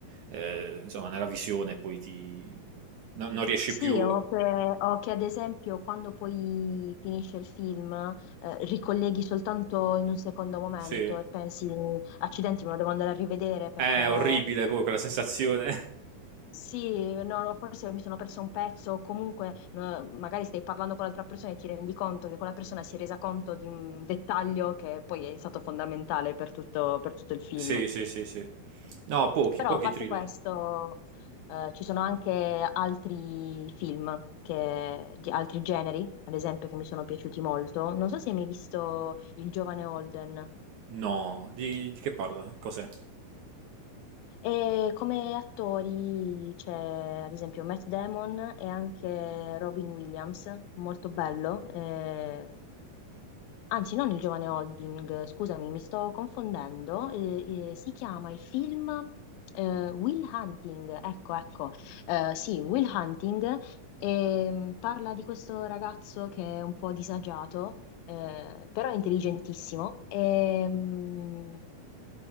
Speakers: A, on the right; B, on the left.
A: eh, insomma, nella visione, poi ti... no- non riesci
B: sì,
A: più...
B: o che, o che ad esempio quando poi finisce il film, eh, ricolleghi soltanto in un secondo momento
A: Sì.
B: e pensi, accidenti, me lo devo andare a rivedere perché
A: È
B: eh,
A: orribile poi quella sensazione. <laughs>
B: Sì, no, no, forse mi sono perso un pezzo, o comunque no, magari stai parlando con l'altra persona e ti rendi conto che quella persona si è resa conto di un dettaglio che poi è stato fondamentale per tutto, per tutto il film.
A: Sì, sì, sì, sì. No, pochi,
B: Però
A: pochi
B: a parte
A: thriller.
B: questo, eh, ci sono anche altri film, che- di altri generi, ad esempio, che mi sono piaciuti molto. Non so se hai mai visto Il giovane Holden.
A: No, di, di che parla? Cos'è?
B: E come attori c'è ad esempio Matt Damon e anche Robin Williams, molto bello. eh, Anzi, non il giovane Holding, scusami, mi sto confondendo. eh, eh, si chiama il film eh, Will Hunting, ecco, ecco. Eh, sì, Will Hunting ehm, parla di questo ragazzo che è un po' disagiato, eh, però è intelligentissimo. ehm,